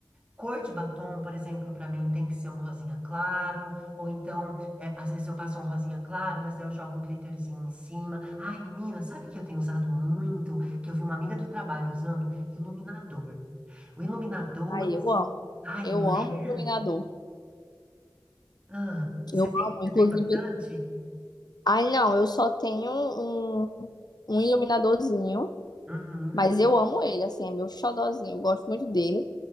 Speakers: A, on the right (about 15°); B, on the left (about 65°).
A: Cor de batom, por exemplo, pra mim tem que ser um rosinha claro. Ou então, é, às vezes eu passo um rosinha claro, mas daí eu jogo um glitterzinho em cima. Ai, menina, sabe que eu tenho usado muito? Que eu vi uma amiga do trabalho usando iluminador. O iluminador,
B: Ai,
A: assim.
B: eu amo.
A: Ai,
B: Eu
A: não é?
B: amo iluminador.
A: Ah, você
B: Eu
A: tem,
B: amo, inclusive.
A: você tem bastante?
B: Ai, não, eu só tenho um, um iluminadorzinho,
A: Uhum,
B: mas eu amo ele, assim, é meu xodózinho, eu gosto muito dele.